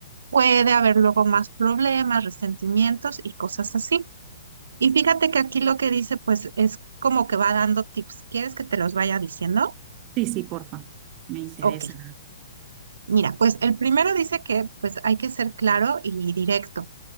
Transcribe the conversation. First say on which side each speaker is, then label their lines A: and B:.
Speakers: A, on the right; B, on the right.
A: puede haber luego más problemas, resentimientos y cosas así. Y fíjate que aquí lo que dice, pues es como que va dando tips. ¿Quieres que te los vaya diciendo?
B: Sí, sí, porfa, me interesa.
A: Ok, mira, pues el primero dice que pues hay que ser claro y directo.